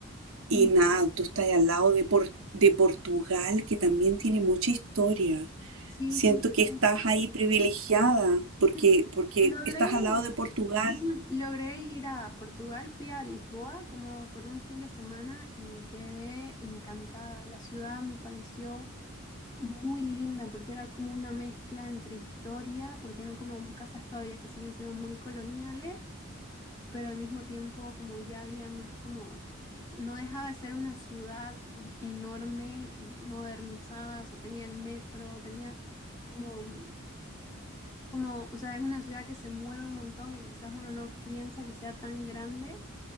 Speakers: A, on the right (about 75°); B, on the left (about 15°).
A: Y
B: mm,
A: nada,
B: ya.
A: tú estás al lado de, Por- de Portugal, que también tiene mucha historia.
B: Sí,
A: Siento
B: sí,
A: que
B: sí.
A: estás ahí privilegiada porque,
B: Sí,
A: porque
B: logré,
A: estás al lado de Portugal.
B: Ujú, Logré ir a Portugal, fui a Lisboa como por un fin de semana y quedé encantada. La ciudad me pareció muy linda porque era como una mezcla entre historia, porque eran como casas todavía que siguen siendo muy coloniales, pero al mismo tiempo como ya había más como, no dejaba de ser una ciudad enorme y modernizada, o sea, tenía el metro, tenía... Como como, o sea, es una ciudad que se mueve un montón y quizás uno no piensa que sea tan grande.